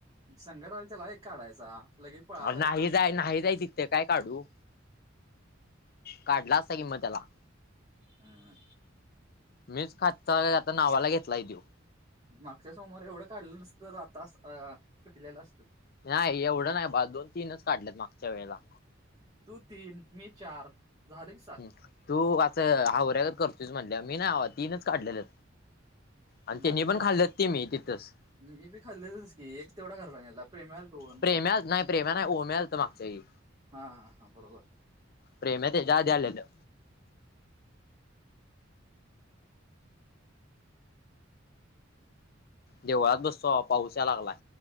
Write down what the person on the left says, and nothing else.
नाही जाय, नाही जाय तिथे काय काढू? काढला असता कि म त्याला.
मीच खात चालय आता नावाला घेतला आहे तो.
नाही एवढं नाही बा दोन, तीनच काढलेत मागच्या वेळेला.
ह तू असं हावऱ्यागत करतुस म्हटल्या मी ना हवा तीनच काढलेले. आणि
त्यांनी
पण खाल्लं ते मी तिथंच.
प्रेम्या नाही प्रेम्या नाही ओम्या आलतं मागच्या वेळी.
प्रेमया त्याच्या आधी आलेलं. देवळात बसतो पाऊस या लागलाय.